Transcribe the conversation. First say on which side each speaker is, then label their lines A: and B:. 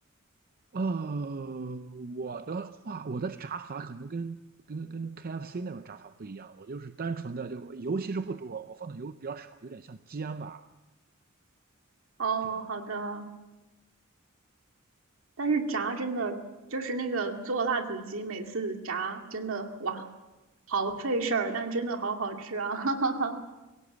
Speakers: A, on the right; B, on the right.
A: 呃，我的话，我的炸法可能跟跟跟 KFC 那种炸法不一样，我就是单纯的，就油其实不多，我放的油比较少，有点像煎吧
B: 哦，
A: 这样。
B: 好的。但是炸真的就是那个做辣子鸡，每次炸真的哇，好费事儿，但真的好好吃啊！<laughs> 哈哈哈，